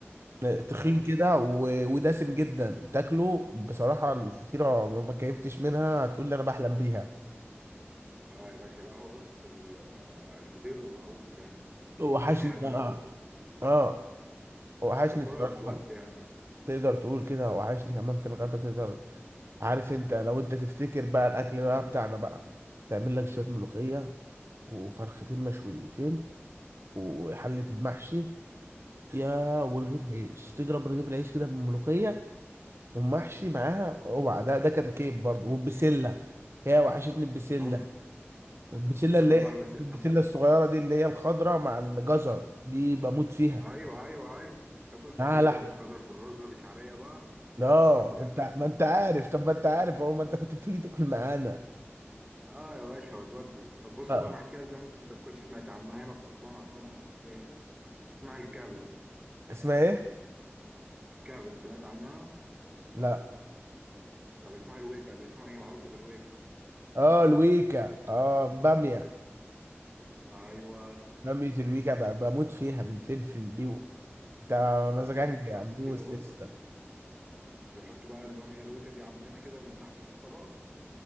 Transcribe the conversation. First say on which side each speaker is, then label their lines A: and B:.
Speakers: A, on the right; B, on the right.
A: آه، تخين
B: اه
A: كده و... ودسم جدا تاكله بصراحه الفطيره ما كيفتش منها هتقول لي انا بحلم بيها
B: اه يا باشا لا هو بص ال- آه، الفطير معروف يعني
A: وحشني
B: يعني حاجه
A: بقى
B: بص
A: اه وحشني
B: بتاكلها
A: بصراحة
B: بتودي يعني
A: تقدر تقول كده وحشني كمان في الغدا تقدر عارف انت لو انت تفتكر بقى الاكل بقى بتاعنا بقى تعمل لك شوية ملوخية وفرختين مشويتين وحلة
B: اوبا
A: المحشي يا
B: اوبا
A: ورغيف عيش تضرب رغيف العيش كده بالملوخية ومحشي معاها اوعى ده ده كان كيف برضه والبسلة يا وحشتني البسلة
B: اوبا
A: البسلة
B: تاكل
A: اللي هي
B: بقى بس
A: البسلة الصغيرة دي اللي هي الخضرة مع الجزر دي بموت فيها
B: ايوه ايوه ايوه تاكل بالسله
A: معاها لحمة
B: بالجزر بالرز بشعريه بقى
A: اه
B: ودي يا
A: انت
B: باشا
A: ما انت عارف طب ما انت عارف اهو ما انت كنت بتيجي تاكل معانا
B: اه يا باشا وتودي طب بص
A: اه
B: بقى انا احكي لك ده ممكن انت ما كنتش سمعت عنها هنا في اسوان عندنا اكل ايه اسمها الكبد
A: اسمها ايه؟
B: الكبد سمعت عنها
A: لا
B: طب اسمها الويكا اللي اسمها هي معروفه بالويكا
A: اه الويكا اه بامية
B: ايوه
A: بامية الويكا ب- بموت فيها بالفلفل دي و- انت
B: بالظبط
A: مزاجنج
B: دي
A: يا
B: بقى
A: عموس
B: دي بص
A: لسه
B: بيحطوا بقى الباميه الويكا دي عندنا كده من تحت في الطبق